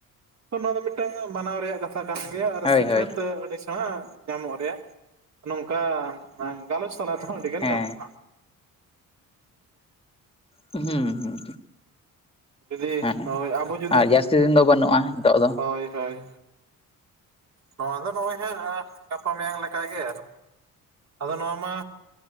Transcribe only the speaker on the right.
ᱛᱚ ᱱᱚᱣᱟ ᱫᱚ ᱢᱤᱫᱴᱟᱝ ᱢᱟᱱᱟᱣ ᱨᱮᱭᱟᱜ ᱠᱟᱛᱷᱟ ᱠᱟᱱ ᱜᱮᱭᱟ ᱟᱨ
ᱥᱤᱠᱷᱱᱟᱹᱛ
ᱟᱹᱰᱤ ᱥᱮᱬᱟ ᱧᱟᱢᱚᱜ ᱨᱮᱭᱟᱜ ᱱᱚᱝᱠᱟ ᱵᱟᱝ ᱜᱟᱞᱚᱪ ᱥᱟᱞᱟᱜ ᱛᱮᱦᱚᱸ ᱟᱹᱰᱤ ᱜᱟᱱ
ᱧᱟᱢᱚᱜᱼᱟ᱾
ᱡᱩᱫᱤ
ᱦᱳᱭ ᱟᱵᱚ ᱡᱩᱫᱤ
ᱦᱳᱭ ᱦᱳᱭ ᱱᱚᱣᱟ ᱫᱚ ᱱᱚᱜ-ᱚᱭ ᱦᱟᱸᱜ ᱜᱟᱯᱟ ᱢᱮᱭᱟᱝ ᱞᱮᱠᱟᱜᱮ ᱟᱫᱚ ᱱᱚᱣᱟ ᱢᱟ